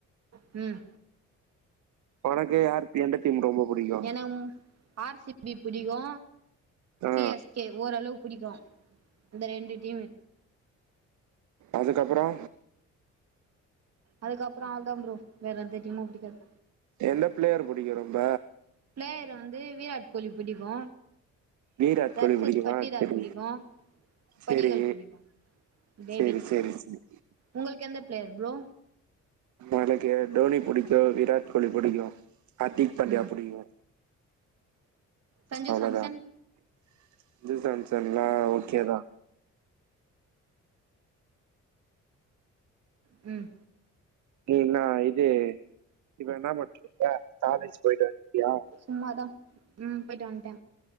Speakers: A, on the right; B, on the right.
A: ம்
B: ஒனக்கு யார் எந்த டீம் ரொம்ப புடிக்கு
A: எனக்கு ஆர் சி பி புடிக்கு
B: ஆ
A: சி எஸ் கே ஓரளவு புடிக்கு இந்த ரெண்டு டீமு
B: அதுக்கப்றோ
A: அதுக்கப்றோ அதா ப்ரோ வேற எந்த டீமு புடிக்காது
B: எந்த ப்ளேயர் புடிக்கு ரொம்ப
A: ப்ளேயர் வந்து வீராட் கோலி பிடிக்கு
B: வீராட்
A: ரட்சத்
B: கோலி புடிக்குமா
A: பட்டிதார்
B: சரி
A: புடிக்கு படிகள்
B: சேரி
A: புடிக்கு டேவிட்
B: சேரி சேரி சேரி
A: உங்களுக்கு எந்த பிளேயர் ப்ரோ
B: எனக்கு டோனி புடிக்கு விராட் கோலி புடிக்கு அர்த்திக் பாண்டியா
A: ம்
B: புடிக்கு
A: சஞ்சு
B: அவ்ள
A: சாம்சன்
B: தா <unintelligible> ஜான்ஸன்ல்லா ஒகே தா
A: ம்
B: நீ இன்னா இது இப்ப என்ன படிச்சுருக்க காலேஜ் போய்ட்டு வந்துட்டியா
A: சும்மா தா ம் பொய்ட்டு வந்ட்டே